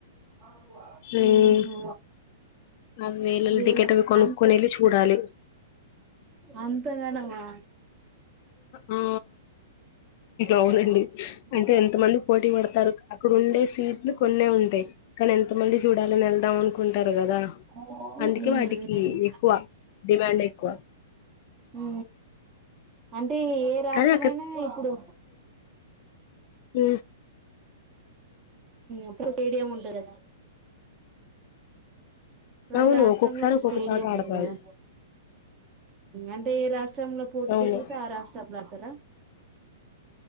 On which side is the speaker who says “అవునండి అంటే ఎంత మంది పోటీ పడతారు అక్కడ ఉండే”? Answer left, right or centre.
Left